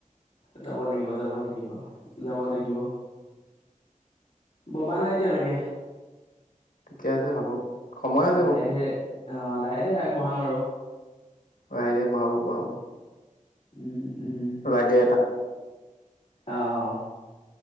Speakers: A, on the left; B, on the left.
A: যাব লাগিব যাব লাগিব। যাব লাগিব, ভবা নাই এতিয়ালেকে।
B: ঠিকে আছে ভাবক। সময় আছে
A: লাহে
B: বাৰু
A: ধীৰে অ', লাহে ধীৰে আগ বঢ়াম আৰু।
B: লাহে ধীৰে বঢ়াব বঢ়াব।
A: উম, উম,
B: লাগে
A: অ'।